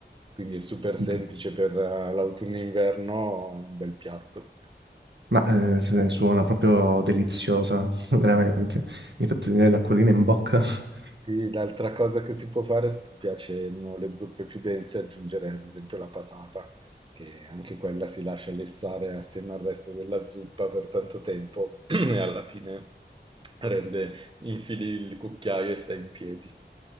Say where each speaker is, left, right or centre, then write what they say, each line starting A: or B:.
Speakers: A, on the right; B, on the right.
A: Quindi è super semplice
B: D-
A: per eh, l'autunno-inverno, è un bel piatto.
B: Ma eh, se- suona proprio deliziosa, <laughs> veramente. Mi hai fatto venire l'acquolina in bocca. <laughs>
A: Sì, l'altra cosa che si può fare, se ti piacciono le zuppe più dense, è aggiungere ad esempio la patata, che anche quella si lascia lessare assieme al resto della zuppa per tanto tempo <clears throat> e alla fine rende, infili il cucchiaio e sta in piedi.